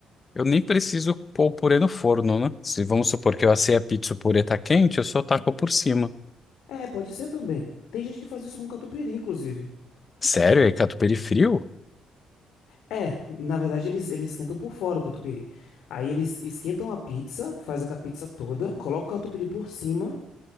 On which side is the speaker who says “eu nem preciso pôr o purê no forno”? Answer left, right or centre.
Left